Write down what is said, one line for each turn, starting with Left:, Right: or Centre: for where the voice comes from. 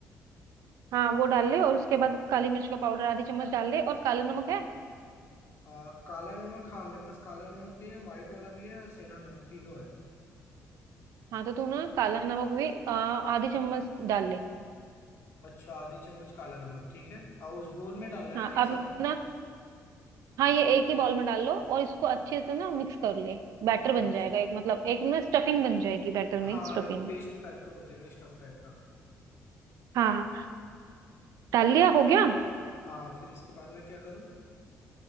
Right: हाँ वो डाल ले और उसके बाद काली मिर्च का पाउडर आधी चम्मच डाल ले और काला नमक है
Left: आ, काला नमक हाँ मेरे पास काला नमक भी है व्हाइट वाला भी है और सेंधा नमक तीनों है
Right: हाँ तो तू ना काला नमक भी अ, आधी चम्मच डाल ले
Left: अच्छा आधी चम्मच काला नमक ठीक है और उस बोल में डालना है
Right: हाँ
Left: ना ये
Right: अब
Left: सब
Right: ना हाँ ये एक ही बाउल में डाल लो और इसको अच्छे से ना मिक्स कर ले बैटर
Left: अच्छा
Right: बन जाएगा एक मतलब एक ना स्टफिंग बन जाएगी बैटर
Left: हाँ
Right: में स्टफिंग
Left: एक पेस्ट टाइप का बन जाएगा स्टफ टाइप का
Right: हाँ डाल लिया हो गया
Left: हाँ फिर इसके बाद मैं क्या करूँ